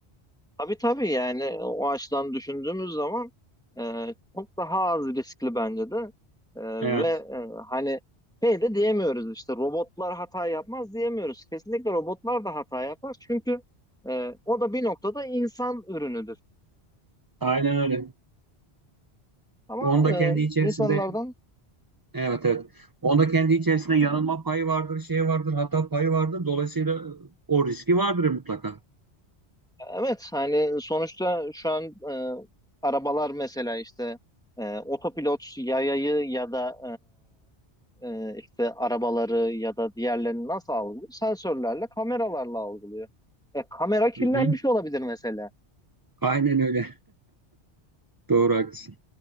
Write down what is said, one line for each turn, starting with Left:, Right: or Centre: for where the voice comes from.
Centre: Tabii tabii yani o açıdan düşündüğümüz zaman e, çok daha az riskli bence de E,
Right: Evet,
Centre: ve e, hani şey de diyemiyoruz işte robotlar hata yapmaz diyemiyoruz. Kesinlikle robotlar da hata yapar çünkü e, o da bir noktada insan ürünüdür.
Right: aynen öyle.
Centre: Ama
Right: Onda
Centre: e,
Right: kendi içerisinde
Centre: insanlardan
Right: evet evet. Onda kendi içerisinde yanılma payı vardır, şey vardır, hata payı vardır. Dolayısıyla o riski vardır mutlaka.
Centre: Evet hani sonuçta şu an e, arabalar mesela işte e, otopilot yayayı ya da e, e, işte arabaları ya da diğerlerini nasıl algılıyor? Sensörlerle, kameralarla algılıyor. E, kamera kirlenmiş
Right: Hı hı.
Centre: olabilir mesela.
Right: Aynen öyle. Doğru haklısın.